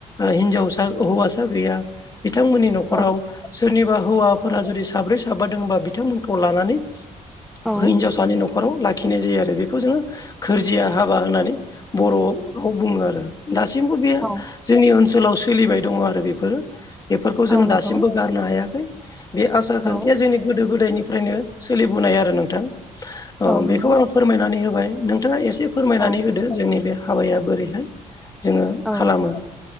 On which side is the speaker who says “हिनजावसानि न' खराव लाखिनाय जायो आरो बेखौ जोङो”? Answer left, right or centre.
Left